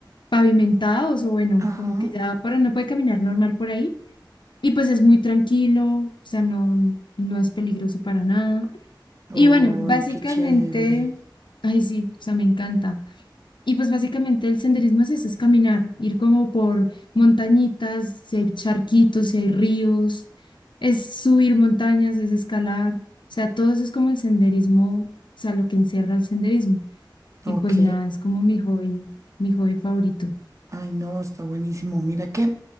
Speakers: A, on the left; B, on the right.
A: pavimentados o bueno,
B: Ajá.
A: como que ya para no puede caminar normal por ahí. Y pues es muy tranquilo, o sea, no, no es peligroso para nada.
B: Ay,
A: Y bueno, básicamente,
B: qué chévere.
A: ay sí, o sea, me encanta. Y pues básicamente el senderismo es eso, es caminar, ir como por montañitas, si hay charquitos, si hay ríos, es subir montañas, es escalar, o sea, todo eso es como el senderismo, o sea, lo que encierra el senderismo.
B: Ok.
A: Y pues nada, es como mi hobby, mi hobby favorito.
B: Ay, no, está buenísimo. Mira que